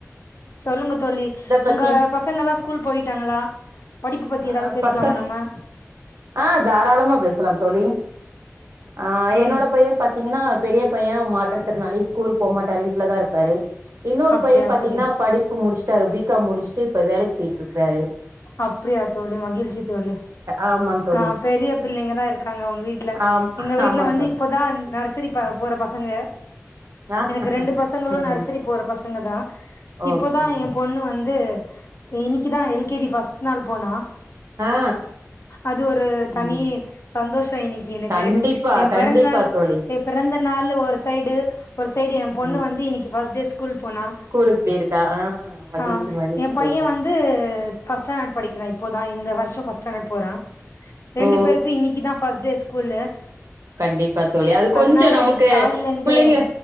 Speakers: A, on the left (about 55°); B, on the right (about 65°).
A: சொல்லுங்க தோழி
B: பத்தி
A: உங்க பசங்கல்லா ஸ்கூல் போயிட்டாங்களா படிப்பு பத்தி
B: ஆ
A: எதாவது பேசலாமா
B: பசங்
A: நம்ம
B: ஆ தாராளமா பேசலா தோழி ஆ
A: ம்
B: என்னோட பையன் பத் த்தீங்கன்னா பெரிய பையன் மாற்றுத்திறனாளி ஸ்கூலு போமாட்டாரு வீட்டுல தா இருப்பாரு இன்னொரு
A: அப்டியா
B: பையன் பாத்தீங்கன்னா
A: தோழி
B: படிப்பு முடிச்சுட்டாரு பி காம் முடிச்சுட்டு இப்ப வேலைக்கு போயிட்டு இருக்காரு
A: அப்படியா தோழி மகிழ்ச்சி தோழி
B: ஆமா தோழி
A: ஆ பெரிய பிள்ளைங்க தா இருக்காங்க உங்க வீட்டுல
B: ஆம்
A: எங்க வீட்ல
B: ஆமா
A: வந்து
B: தோழி
A: இப்பதா நர்சரி போற பசங்க
B: ஆ
A: எனக்கு ரெண்டு பசங்களு
B: ம்
A: நர்சரி போற பசங்க தா இப்போதா
B: ஓகே
A: என் பொண்ணு வந்து இன்னைக்குதா எல் கே கேஜி ஃர்ஸ்ட் நாள் போனா
B: ஆ
A: அது ஒரு தனி
B: ம்
A: சந்தோஷம் இன்னைக்கு எனக்கு
B: கண்டிப்பா
A: என்
B: கண்டிப்பா
A: பிறந்த நாள்
B: தோழி
A: என் பிறந்த நாள் ஒரு சைடு ஒரு சைடு என் பொண்ணு
B: ம்
A: வந்து இன்னைக்கு ஃபர்ஸ்ட் டே ஸ்கூ கூல் போனா
B: ஸ்கூலுக்கு போயிருக்கா ஆ மகிழ்ச்சி
A: ஆ
B: மகிழ்ச்சி
A: என் பையன்
B: தோழி
A: வந் து ஃபஸ்ட் ஸ்டாண்ட் படிக்கிற இப்போதா இந்த வருஷம் போற ரெண்டு
B: ஓ
A: பேருக்கு இன்னைக் இதா ஃபர்ஸ்ட் டே ஸ்கூல்லு
B: கண்டிப்பா தோழி அது
A: அதனால
B: கொஞ்ச நமக்கு
A: இன்னிக்கு காலைல இருந்தே
B: பிள்ளைங்க